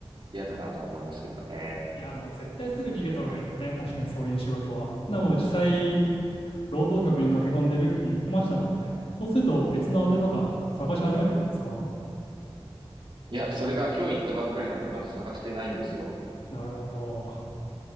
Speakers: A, on the right; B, on the left.
A: 嫌だなとは思いますけどね。
B: いや、もう絶対すぐ逃げた方がいいですね。確かにそういう仕事は。な、もう実際、労働局に駆け込んでるって言ってましたもんね。そうすると別の宛てとか探し始めてるんですか
A: いや、それが今日行ったばっかりなのでまだ探してないんですよ。
B: なるほど。